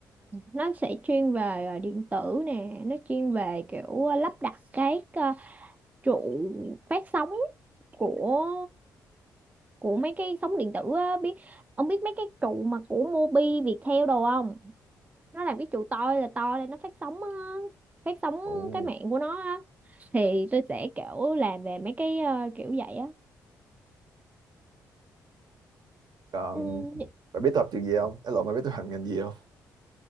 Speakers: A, on the right; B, on the right.
A: nó sẽ chuyên về ờ, điện tử nè, nó chuyên về kiểu ờ, lắp đặt cái ờ, trụ phát sóng của của mấy cái sóng điện tử á biết ông biết mấy cái trụ mà của Mobi Viettel đồ không nó làm cái trụ to là to lên nó phát sóng á, phát sóng
B: Ồ,
A: cái mạng của nó á thì tôi sẽ kiểu làm về mấy cái ờ, kiểu vậy á
B: còn
A: ừ
B: bà biết tôi học trường gì không? Cái lộn bà biết tôi học ngành gì không?